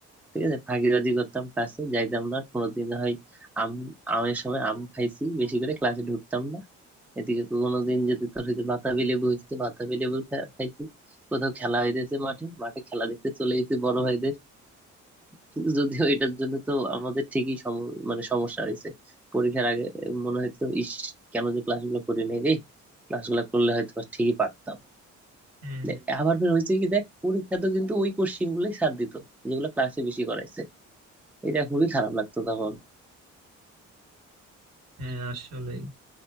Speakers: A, in the centre; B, on the right.
A: ঠিক আছে ফাঁকিবাজি করতাম ক্লাসে যাইতাম না কোনোদিন হয় আম আমের সময় আম খাইছি বেশি করে ক্লাসে ঢুকতাম না এদিকে কোনোদিন যদি তোর হচ্ছে বাতাবি লেবু হচ্ছে বাতাবি লেবু খা- খাইছি কোথাও খেলা হইতেছে মাঠে মাঠে খেলা দেখতে চলে গেছি বড় ভাইদের কিন্তু যদিও এটার জন্য তো আমাদের ঠিকই সম- মানে সমস্যা হয়েছে পরীক্ষার আগে মনে হয়তো ইস কেন যে ক্লাসগুলো করি নাই রে ক্লাসগুলো করলে হয়তো বা ঠিকই পারতাম
B: হুম
A: দে- আবার ফের হয়েছে কি দেখ পরীক্ষাতে কিন্তু ওই কোশ্চিন গুলোই স্যার দিত যেগুলো ক্লাসে বেশি করাইছে এটা খুবই খারাপ লাগতো তখন
B: হ্যাঁ আসলে